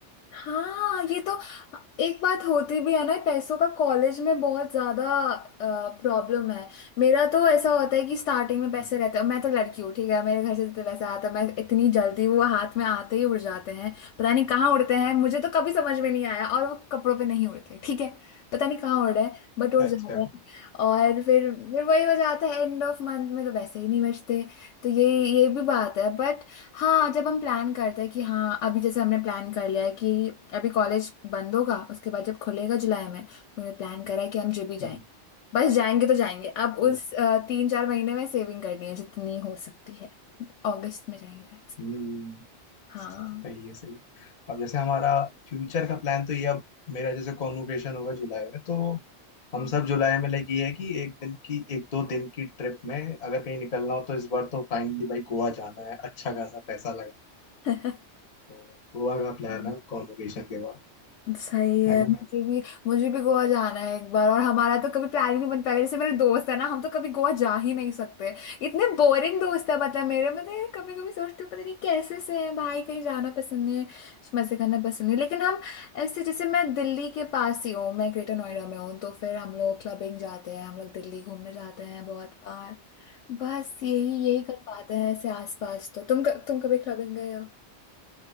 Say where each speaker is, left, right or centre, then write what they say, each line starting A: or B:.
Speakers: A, on the left; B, on the left.
A: हाँ ये तो एक बात होती भी है ना पैसों का कॉलेज में बहुत ज्यादा प्रॉब्लम है मेरा तो ऐसा होता है कि स्टार्टिंग में
B: हम्म।
A: पैसे रहते हैं मैं तो लड़की हूँ ठीक है मेरे घर से जितने पैसे आते हैं मैं इतनी जल्दी वो हाथ में आते ही उड़ जाते हैं पता नहीं कहाँ उड़ते हैं मुझे तो कभी समझ में नहीं आया और वो कपड़ों पे नहीं उड़ते ठीक है पता नहीं कहाँ उड़ रहे हैं बट उड़
B: अच्छा
A: जाते हैं और फिर फिर वही हो जाता है एंड ऑफ मंथ में तो वैसे ही नहीं बचते तो ये ये भी बात है हाँ जब हम प्लान करते हैं कि हाँ अभी जैसे हमने प्लान कर लिया है कि अभी कॉलेज बंद होगा उसके बाद जब खुलेगा जुलाई में तो हमने प्लान करा है कि हम जो भी जाएंगे
B: हम्म,
A: बस जाएंगे तो जाएंगे अब उस
B: ओ,
A: अ, तीन चार महीने में सेविंग करनी है जितनी हो सकती है अगस्त में जाएंगे शायद से
B: हम्म,
A: हाँ
B: सही है सही है। अब जैसे हमारा फ्यूचर का प्लान तो ये अब मेरा जैसे कॉन्वोकेशन होगा जुलाई में तो हम सब जुलाई में लाइक ये है कि एक दिन की एक दो दिन की ट्रिप में अगर कहीं निकलना हो तो इस बार तो फाइनली भाई गोवा जाना है अच्छा खासा पैसा लगा
A: <laughs>
B: तो गोवा का प्लान
A: हाँ
B: है कॉन्वोकेशन के बाद
A: सही है
B: है ना
A: मुझे भी मुझे भी गोवा जाना है एक बार और हमारा तो कभी प्लान ही नहीं बन पाएगा जैसे मेरे दोस्त है ना हम तो कभी गोवा जा ही नहीं सकते इतने बोरिंग दोस्त है मतलब मेरे मतलब कभी कभी सोचती हूँ पता नहीं कैसे से हैं भाई कहीं जाना पसंद नहीं है मजे करना पसंद नहीं है। लेकिन हम ऐसे जैसे मैं दिल्ली के पास ही हूँ मैं ग्रेटर नोएडा में हूँ तो फिर हम लोग क्लबिंग जाते हैं हम लोग दिल्ली घूमने जाते हैं बहुत बार बस यही यही कर पाते हैं ऐसे आसपास तो तुम तुम कभी क्लबिंग गए हो